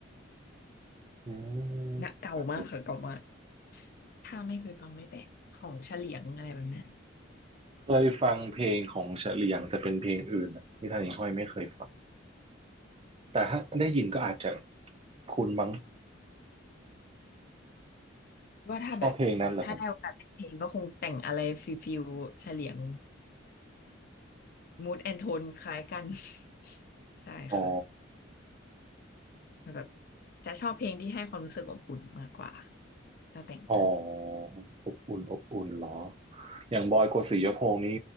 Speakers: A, on the right (about 30°); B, on the left (about 50°).
A: อืมอาจจะ
B: นะเก่ามากค่ะเก่ามากถ้าไม่เคยฟังไม่แปลกของเฉลียงอะไรแบบเนี้ย
A: เคยฟังเพลงของเฉลียงแต่เป็นเพลงอื่นอะนิทานหญิงห้อยไม่เคยฟังแต่ถ้าได้ยินก็อาจจะคุ้นมั้ง
B: ว่าถ้าแบบถ้าได้โอกาสแต่งเพลงก็คงแต่งอะไรฟิลฟิลเฉลียง
A: ชอบเพลงนั้นเหรอครับ
B: มูดแอนโทนคล้ายกัน <laughs> ใช่ค่ะ
A: อ๋อ
B: แบบจะชอบเพลงที่ให้ความรู้สึกอบอุ่นมากกว่าถ้าแต่งนะ
A: อ๋ออบอุ่นอบอุ่นเหรออย่างบอยโกสิยพงษ์นี้
B: อืม